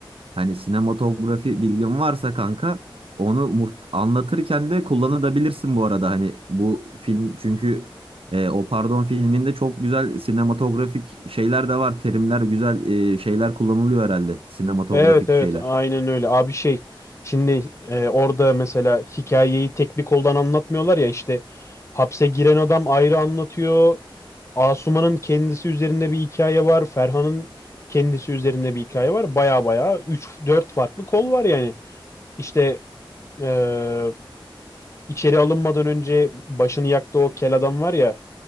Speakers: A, on the right; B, on the left.
A: Hani sinematografi bilgin varsa kanka onu muht- anlatırken de kullanabilirsin bu arada. Hani bu film çünkü e, o pardon filminde çok güzel sinematografik şeyler de var. Terimler güzel e, şeyler kullanılıyor herhalde. Sinematografik
B: Evet evet
A: şeyler.
B: aynen öyle. Abi şey şimdi e, orada mesela hikayeyi tek bir koldan anlatmıyorlar ya işte hapse giren adam ayrı anlatıyor. Asuman'ın kendisi üzerinde bir hikaye var. Ferhan'ın kendisi üzerinde bir hikaye var. Baya baya üç dört farklı kol var yani. İşte e, İçeri alınmadan önce başını yaktı o kel adam var ya